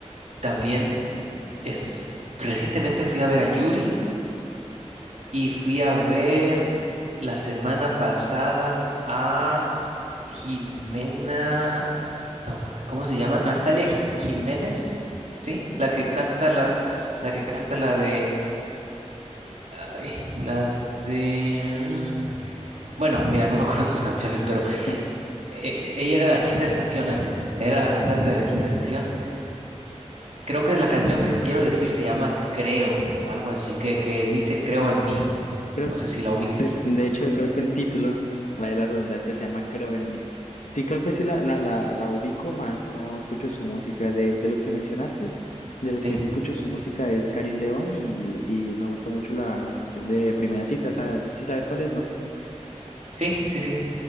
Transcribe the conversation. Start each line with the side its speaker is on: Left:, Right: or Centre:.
Right: también es, recientemente fui a ver a Yuri y fui a ver la semana pasada. a Jimena, no, ¿cómo se llama? Natalia Ji- Jiménez, ¿sí? La que canta la, la que canta la de, ay, la de, mm, bueno, mira, no me acuerdo sus canciones, pero
Left: <laughs>
Right: eh, ella era la Quinta Estación antes, era la cantante de la Quinta Estación. Creo que es la canción que quiero decir se llama Creo, algo así, que, que dice Creo en mí.
Left: Creo
Right: No sé si la ubiques,
Left: De, de hecho, creo que el título, vaya la redundancia, se llama Creo en mí. Sí, creo que sí la, la, la, la ubico, más no escucho su música. De, de los que mencionaste, de los
Right: ¿sí?
Left: que sí escucho su música es Karin León y, l- y me gusta mucho la, la canción de Primera Cita. esa- sí sabes cuál es, ¿no?
Right: Sí, sí, sí.